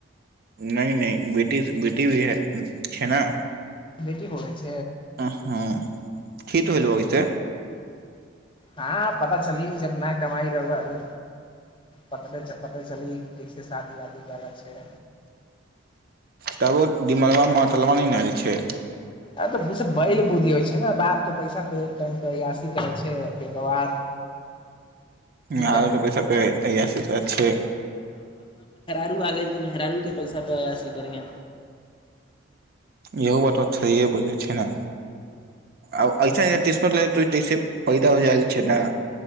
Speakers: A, on the right; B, on the left.
A: नहि नहि बेटी ी भी छै ने
B: बेटी ब छै
A: ह कठी त होलगैस
B: हँ पता चली जब नहि कमाई रह पता चली ठीके शादी वादी कर रहल छै
A: तबो दिमलबा मतलबा नहि नहिल छै
B: आ त बैल बुद्धि होइ छै ने बापके पैसा एक टाइमयासी करै छै फकर बाद की
A: हालो
B: करबै
A: तऽ पैस पे अय से तऽ अचछे
B: आग गेल तऽ मेहरालू के पैसा पयासी करिय
A: य बात स बोलले छै ने आ ऐस तैसे पैदा हो जाल छै ने